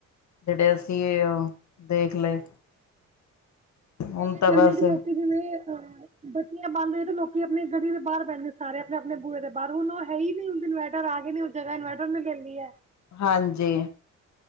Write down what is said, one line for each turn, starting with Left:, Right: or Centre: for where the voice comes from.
Left: ਜਿਹੜੇ ਅਸੀਂ ਉਹ ਦੇਖ ਲਏ ਹੁਣ
Right: ਪਹਿਲੇ
Left: ਤਾਂ
Right: ਦਿਨ
Left: ਬਸ
Right: ਜੇ ਹੀ ਨੌਕਰੀ ਤੇ ਗਏ ਆ ਬੱਤੀਆਂ ਬੰਦ ਹੋਈ ਤੇ ਲੋਕੀ ਆਪਨੀ ਗਲੀ ਦੇ ਬਾਹਰ ਬੈਠਦੇ ਸਾਰੇ ਆਪਨੇ ਆਪਨੇ ਬੂਹੇ ਦੇ ਪਰ ਹੁਨ ਉਹ ਹੈ ਹੀ ਨੀ ਹੁਨ ਇਨਵਰਟਰ ਆਗੇ ਨੀ ਉਹ ਜਗ੍ਹਾ ਇਨਵਰਟਰ ਨੇ ਲੈ ਲਈ ਐ
Left: ਹਾਂਜੀ